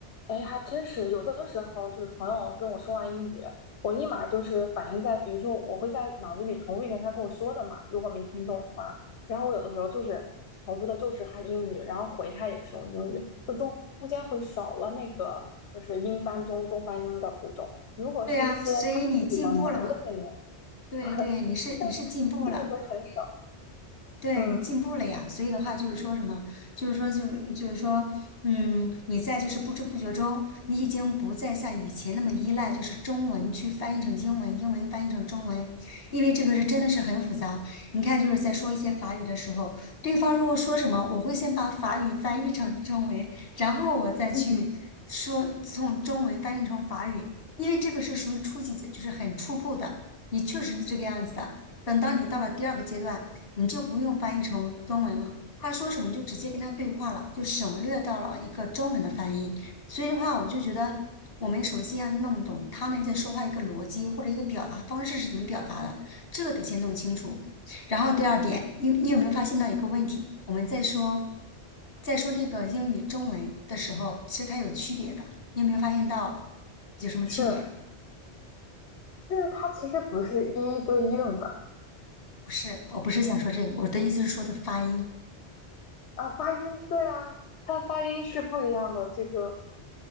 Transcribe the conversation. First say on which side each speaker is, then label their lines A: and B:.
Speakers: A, on the left (about 80°); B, on the left (about 60°).
A: 哎，还真是有的时候就是朋友跟我说完英语，我立马就是反应在，比如说我会在脑子里重复一遍他跟我说的嘛，如果没听懂的话，然后我有的时候就是重复的就是他英语，然后回他也是用英语，中间会少了那个就是英翻中、中翻英的步骤。如果是一些他比较难的内容，
B: 对啊，所以你进步了嘛？对对，
A: <laughs>
B: 你是你是进步了。
A: 但是这个时候很少，
B: 对你进步了呀，
A: 嗯，
B: 所以的话就是说什么，就是说就就是说，嗯，你在就是不知不觉中，你已经不再像以前那么依赖，就是中文去翻译成英文，英文翻译成中文，因为这个是真的是很复杂。你看，就是在说一些法语的时候，对方如果说什么，我会先把法语翻译成中文，然后我再去说从中文翻译成法语，
A: 嗯，
B: 因为这个是属于初级阶，就是很初步的，你确实是这个样子的。等到你到了第二个阶段。你就不用翻译成中文了。他说什么你就直接跟他对话了，就省略到了一个中文的翻译。所以的话，我就觉得我们首先要弄懂他们在说话一个逻辑或者一个表达方式是怎么表达的，这个得先弄清楚。然后第二点，你你有没有发现到一个问题？我们在说在说那个英语中文的时候，其实它有区别的。你有没有发现到有什么区别？
A: 是。就是它其实不是一一对应的，
B: 不是，我不是想说这个，
A: 嗯
B: 我的意思是说的发音。
A: 啊，发音对啊，它发音是不一样的，这个